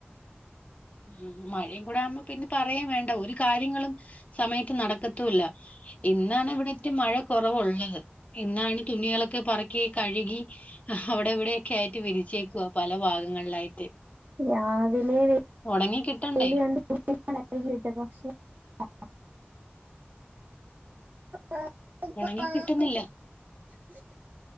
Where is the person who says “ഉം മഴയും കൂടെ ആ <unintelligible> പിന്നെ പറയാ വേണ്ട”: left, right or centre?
Left